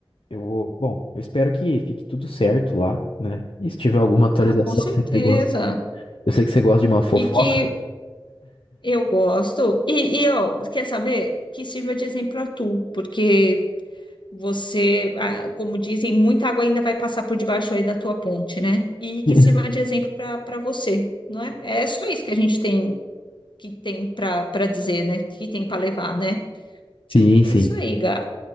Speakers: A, on the left (about 75°); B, on the left (about 60°).
A: eu vou, bom, eu espero que fique tudo certo lá, né? E se tiver alguma atualização,
B: ah, com certeza.
A: eu sei que você gosta, eu sei que você gosta de uma fofoca.
B: E que eu gosto. E, e ó, quer saber? Que sirva de exemplo a tu, porque você, ah, como dizem, muita água ainda vai passar por debaixo aí da tua ponte, né? E que
A: <laughs>
B: sirva de exemplo para para você, não é? É só isso que a gente tem que tem para para dizer, né? Que tem para levar, né?
A: Sim,
B: É
A: sim.
B: isso aí, Gá.